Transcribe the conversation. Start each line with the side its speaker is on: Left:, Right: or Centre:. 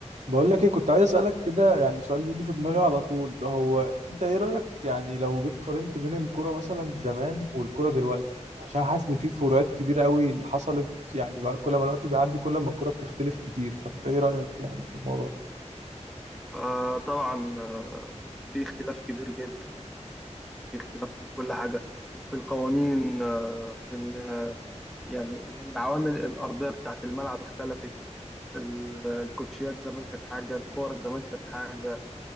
Right: بقول لك ايه كنت عايز اسالك كده يعني سؤال بيجي في دماغي على طول اللي هو انت ايه رايك يعني لو جيت قارنت بين الكوره مثلا زمان والكوره دلوقتي عشان حاسس ان في فروقات كبيره قوي حصلت يعني بقى كل ما الوقت بيعدي كل ما الكوره بتختلف كتير فانت ايه رايك يعني في الموضوع ده
Centre: آه طبعا آه في اختلاف كبير جدا في اختلاف في كل حاجة في القوانين آه في ال- آه، يعني من العوامل الأرضية بتاعة الملعب اختلفت ال- الكوتشيات زمان كانت حاجة الكور زمان كانت حاجة